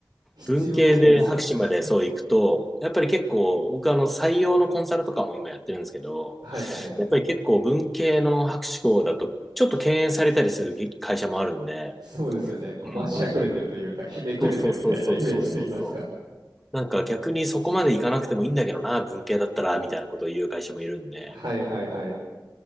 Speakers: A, on the right; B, in the centre.
A: 必要ないですもんね。
B: 文系で博士までそう行くと、やっぱり結構、僕あの採用のコンサルとかも今やってるんですけど、
A: <laughs> はいはい。
B: やっぱり結構文系の博士号だと、ちょっと敬遠されたりする会社もあるんで、
A: そうですよね。こましゃくれてるというか、
B: うんうんうん。
A: ひねくれてるみたいなイメージと言いますか。
B: そうそうそうそうそうそうそう。なんか逆にそこまで行かなくてもいいんだけどな、文系だったら、みたいなことを言う会社もいるんで、
A: はいはいはい。